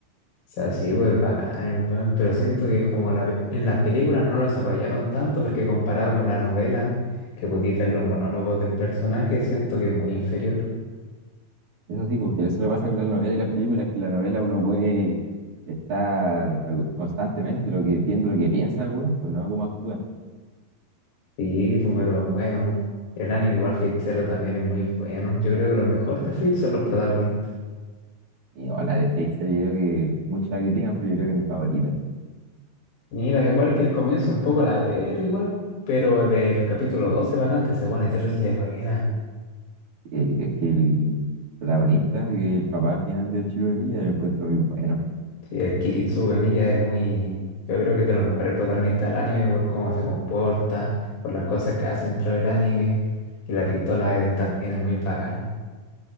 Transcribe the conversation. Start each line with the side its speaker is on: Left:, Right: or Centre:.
Left: O sea, sí, pues bacán, el weón, pero siento que como la pe- en las películas no lo desarrollaron tanto, porque comparado con la novela, que podéis ver los monólogos del personaje, siento que es muy inferior.
Right: Eso sí, porque eso le pasa con las novelas y las películas, que en la novela uno puede estar pero, constantemente lo que, viendo lo que piensa el weón, pues no cómo actúa.
Left: Sí, pues, pero bueno, el anime igual Fate Zero también es muy bueno. Yo creo que los mejores de Fate son los protagonistas.
Right: Y o la de Fate Zero, yo creo que muchos la critican, pero yo creo que es mi favorita.
Left: Mira, igual que el comienzo un poco latero, igual, pero del capítulo 12 para adelante se pone terrible buena.
Right: eh, es que el protagonista, que el papá al final del Chilo de Milla, lo encuentro muy bueno.
Left: Sí, el Kiritsu Uemiya es muy, yo creo que es de los mejores protagonistas del anime por cómo se comporta, por las cosas que hace dentro del anime y la pistola es- también es muy bacán.